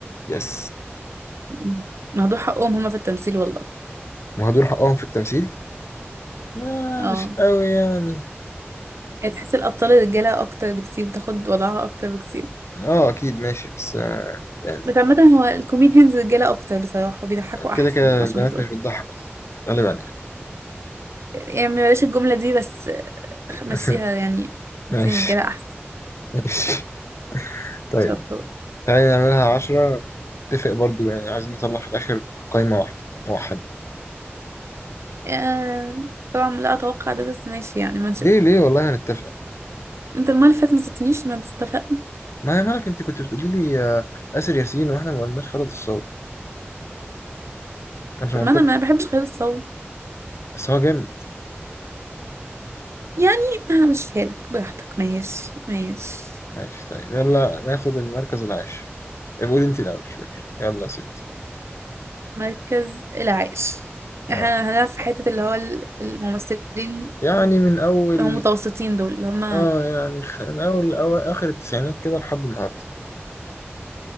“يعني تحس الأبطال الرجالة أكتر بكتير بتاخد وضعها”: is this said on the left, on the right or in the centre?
Right